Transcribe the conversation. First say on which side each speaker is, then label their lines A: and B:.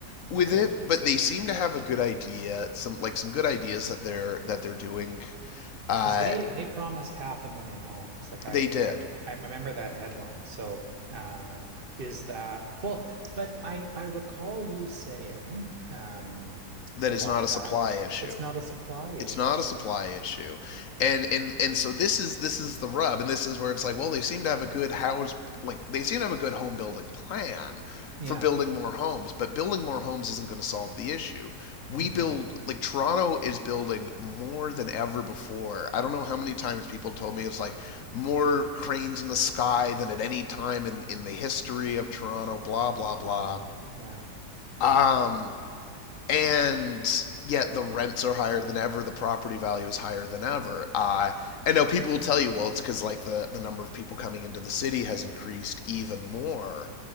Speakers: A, on the left (about 60°); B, on the right (about 35°).
A: with
B: okay,
A: it, but they seem to have a good idea, some like some good ideas that they're that they're doing. Uh,
B: because they they promised half a million homes. Like I
A: they did
B: like I I remember that headline. So uh, is that well? But I I recall you saying um,
A: that
B: a
A: is
B: while
A: not a
B: back
A: supply issue.
B: it's not a supply issue.
A: It's not
B: So
A: a supply issue, and and and so this is this is the rub, and this is where it's like, well, they seem to have a good house, like they seem to have a good home building plan
B: yeah,
A: for building more homes, but building more homes isn't going to solve the issue. We
B: hmm
A: build like Toronto is building more than ever before. I don't know how many times people told me it's like more cranes in the sky than at any time in in the history of Toronto. Blah blah
B: Wow,
A: blah.
B: yeah,
A: Um, and yet the rents are higher than ever the property value is higher than ever uh, i know people will tell you well it's because like the, the number of people coming into the city has increased even more